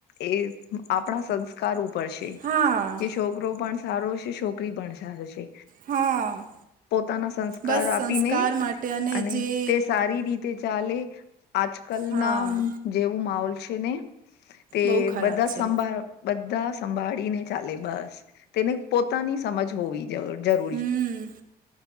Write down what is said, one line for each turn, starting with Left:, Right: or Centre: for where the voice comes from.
Left: એ આપણા સંસ્કાર રો પડશે
Right: હા
Left: કે છોકરો પણ સારો છે છોકરી પણ સારો છે.
Right: હા
Left: પોતાના સંસ્કાર
Right: બસ
Left: આપીને
Right: સંસ્કાર માટે
Left: અને
Right: જે
Left: તે સારી રીતે તે ચાલે આજ કલ
Right: હા
Left: ના જેવું માહોલ છે ને તે
Right: બહુ ખરાબ
Left: બધા
Right: છે
Left: સંભાળ બધા સંભાળીને ચાલે બસ તેને પોતાની સમજ હોવી જરૂર જરૂર
Right: હમ